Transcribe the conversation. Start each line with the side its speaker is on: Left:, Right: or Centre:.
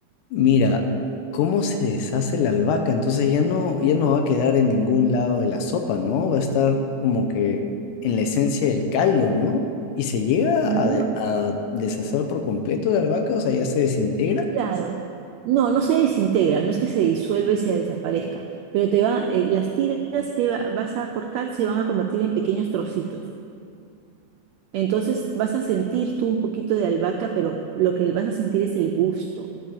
Left: Mira, cómo se deshace la albahaca, entonces ya no, ya no va a quedar en ningún lado de la sopa, ¿no? Va a estar como que en la esencia del caldo, ¿no? ¿Y se llega
Right: No,
Left: a, de- a deshacer por completo la albahaca? O sea, ya se desintegra.
Right: claro. no, no se desintegra, no es que se disuelva y se desaparezca, pero te va, eh, las tiras que va- vas a cortar se van a convertir en pequeños trocitos. Entonces vas a sentir tú un poquito de albahaca, pero lo que vas a sentir es el gusto,